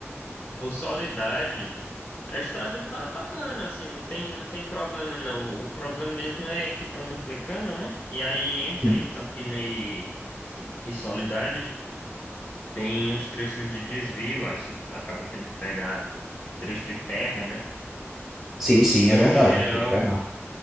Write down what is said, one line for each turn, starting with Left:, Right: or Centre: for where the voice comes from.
Left: Por Soledade, a estrada tá bacana, assim, não tem, não tem problema não. O, o problema mesmo é que estão duplicando, né? E aí entre
Centre: Sim,
Left: em Campina e, e, e Soledade, tem uns trechos de desvio, aí você acaba tendo que pegar trecho de terra, né?
Centre: sim, sim,
Left: Mas
Centre: é verdade.
Left: em geral,
Centre: Tem que pegar.